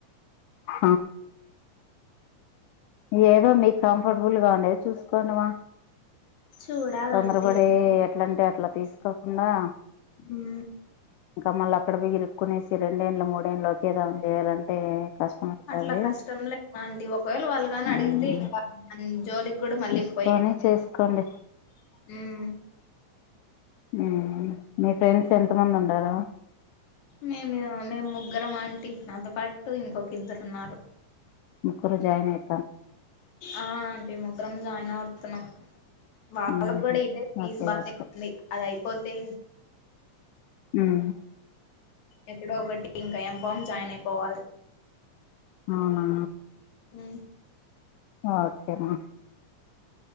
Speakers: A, on the left; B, on the left.
A: హ ఏదో మీకు కంఫర్టబుల్ గా ఉండేది చూసుకోండిమా.
B: చూడాలంటీ
A: తొందరపడి ఎట్లాంటేట్లా తీసుకోకుండా.
B: హు
A: ఇంకా మళ్ళ అక్కడ పోయి ఇరుక్కునేసి రెండేండ్లు, మూడేండ్లు ఒకే దాంట్లో చేయాలంటే! కష్టం అవుతది
B: అట్లా కష్టం లే <unintelligible> ఆంటీ ఒకవేళ వాళ్ళుగాని
A: మ్మ్
B: అడిగితే ఇంక. <unintelligible> జోలికి కూడా మళ్ళీ
A: చూసుకొని
B: పోయేది లే
A: చేసుకోండి
B: <inaudible> ఉమ్
A: మ్మ్ మీ ఫ్రెండ్స్ ఎంత మంది ఉండారు?
B: మేము, మేము ముగ్గురం ఆంటీ నాతో పాటు ఇంకొక ఇద్దరున్నారు.
A: ముగ్గురు జాయిన్ అయ్
B: ఆ అంటీ ముగ్గురం జాయిన్ అవుతున్నాం వాళ్లకు
A: మ్మ్
B: కూడా
A: హు
B: ఇదే ఫీజు
A: ఓకే
B: బానే
A: ఓకే
B: ఉంది అది అయిపోతే
A: మ్మ్
B: ఎక్కడో ఒకటి ఇంకా ఎంఫామ్ జాయిన్ అయిపోవాలి
A: అవునా
B: ఉ
A: ఓకే రా